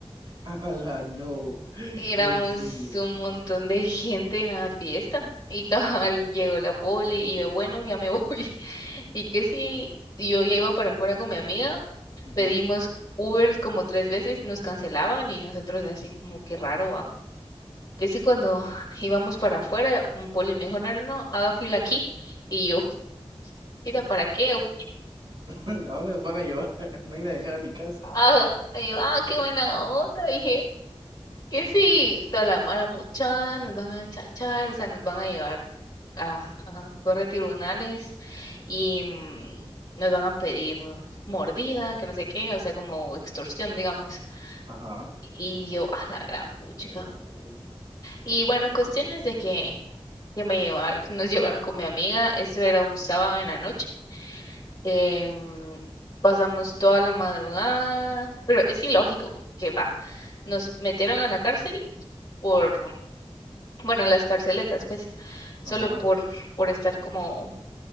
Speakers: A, on the right; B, on the left.
A: <laughs> A la no.
B: Éramos
A: En serio.
B: un montón de gente en la fiesta y cabal <laughs> llegó la poli y yo, bueno, ya me voy. <laughs> Y que sí, yo ya iba para afuera con mi amiga,
A: Ujú.
B: pedimos Ubers como tres veces, nos cancelaban y nosotros así como que raro, va. Que sí, cuando <laughs> íbamos para afuera, un poli me dijo, no, no, no, haga fila aquí. Y yo, ¿fila para qué? O-
A: <laughs> ¿A dónde nos van a llevar? <laughs> Me van a dejar a mi casa.
B: "Haga". Y yo, ah, qué buena onda, dije, Que sí, toda la mara mucha, nos van a chachar, o sea, nos van a llevar a, a corre tribunales y mm, nos van a pedir mordida, que no sé qué, o sea, como extorsión, digamos.
A: Ajá.
B: Y yo, a la gran puchica.
A: No.
B: Y bueno, cuestiones de que, que me llevar, que nos llevaron con mi amiga, eso era un sábado en la noche. Em, pasamos toda la madrugada, pero es ilógico que va. Nos metieron a la cárcel por bueno, las carceletas, pues, solo
A: Ajá.
B: por, por estar como,